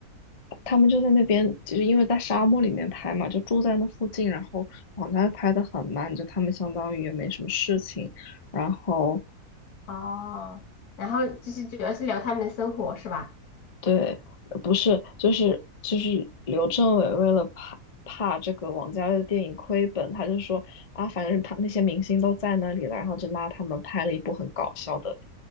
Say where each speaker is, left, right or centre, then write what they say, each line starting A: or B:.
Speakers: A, on the left; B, on the left.
A: 他们就在那边，其实因为在沙漠里面拍嘛，就住在那附近，然后网家拍的很慢，就他们相当于也没什么事情，然后
B: 哦，然后就是主要是聊他们的生活是吧？
A: 对，呃不是，就是就是刘镇伟为了怕怕这个王家卫的电影亏本，他就说啊，反正他那些明星都在那里了，然后就拉他们拍了一部很搞笑的